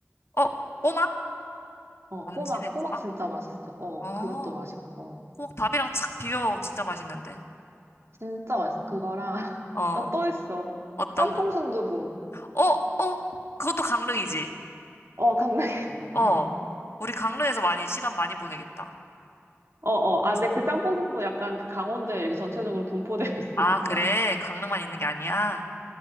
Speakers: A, on the left (about 60°); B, on the right (about 65°).
A: 어, 꼬막?
B: 어,
A: 엄지네
B: 꼬막, 꼬막
A: 꼬막?
B: 진짜 맛있어. 어,
A: 어,
B: 그것도 맛있고.
A: 꼬막 밥이랑 착 비벼 먹으면 진짜 맛있는데.
B: 진짜 맛있어. 그거랑, <laughs>
A: 어,
B: 나 또 있어.
A: 어떤
B: 짬뽕
A: 거?
B: 순두부.
A: 어, 어, 그것도 강릉이지.
B: 어, 강릉에. 있어.
A: 어,
B: <laughs>
A: 우리 강릉에서 많이, 시간 많이 보내겠다.
B: 어, 어.
A: 뽕순두부.
B: 아, 근데 그 짬뽕 순두부 약간 그 강원도에 이렇게 전체적으로 분포되어 <laughs> 있으니까.
A: 아, 그래. 강릉만 있는 게 아니야.